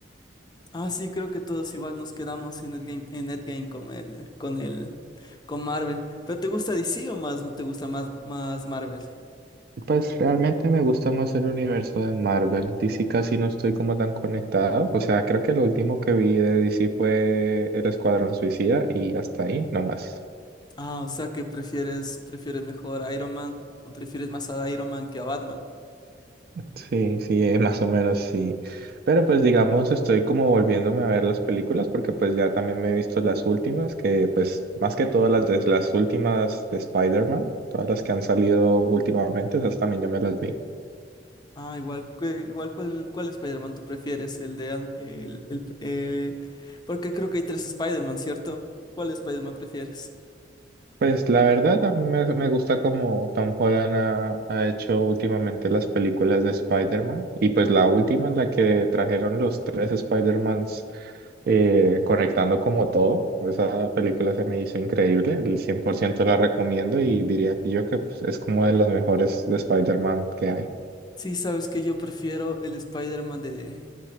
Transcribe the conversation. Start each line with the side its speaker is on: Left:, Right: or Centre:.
Left: Ah, sí, creo que todos igual nos quedamos en Endgame, en Endgame con el, con el, con Marvel. ¿Pero te gusta DC o más te gusta más, más Marvel?
Right: Pues realmente me gusta más el universo de Marvel. DC casi no estoy como tan conectado. O sea, creo que lo último que vi de DC fue El Escuadrón Suicida y hasta ahí, no más.
Left: Ah, o sea que prefieres, prefieres mejor a Iron Man, o prefieres más a Iron Man que a Batman.
Right: Sí, sí, <laughs> eh, más o menos sí. Pero pues digamos, estoy como volviéndome a ver las películas porque pues ya también me he visto las últimas, que pues más que todas las de las últimas de Spider-Man, todas las que han salido últimamente, esas también ya me las vi.
Left: Ah, igual, que- igual ¿cuál, cuál Spider-Man tú prefieres? El de An- el, el- eh, porque creo que hay tres Spider-Man, ¿cierto? ¿Cuál Spider-Man prefieres?
Right: Pues la verdad, a mí me, me gusta como Tom Holland ha, ha hecho últimamente las películas de Spider-Man y pues la última en la que trajeron los tres Spider-Mans eh, conectando como todo, esa película se me hizo increíble, el 100% la recomiendo y diría yo que pues, es como de las mejores de Spider-Man que hay.
Left: Sí, sabes que yo prefiero el Spider-Man de,